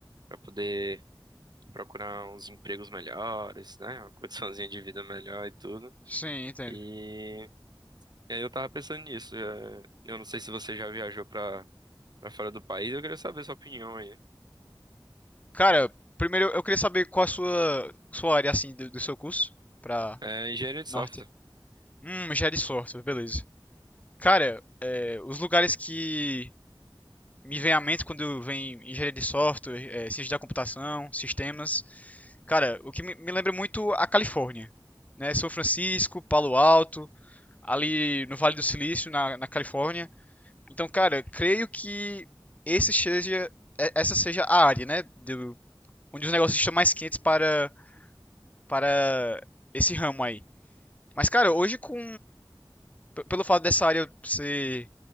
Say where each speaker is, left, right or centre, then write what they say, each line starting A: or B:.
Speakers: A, on the right; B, on the left.
A: pra poder procurar uns empregos melhores, né? Uma condiçãozinha de vida melhor e tudo.
B: Sim, entendo.
A: E, e aí eu tava pensando nisso. é, eu não sei se você já viajou pra, pra fora do país, eu queria saber sua opinião aí.
B: Cara, primeiro eu queria saber qual a sua, sua área, assim, do, do seu curso pra
A: É, engenharia de
B: norte.
A: software.
B: Hum, engenharia de software, beleza. Cara, é, os lugares que me vem à mente quando vem engenharia de software, é, ciência da computação, sistemas, cara, o que me, me lembra muito a Califórnia, né? São Francisco, Palo Alto, ali no Vale do Silício, na, na Califórnia. Então, cara, creio que esse seja, é- essa seja a área, né? do- onde os negócios estão mais quentes para, para esse ramo aí. Mas, cara, hoje com, p- pelo fato dessa área ser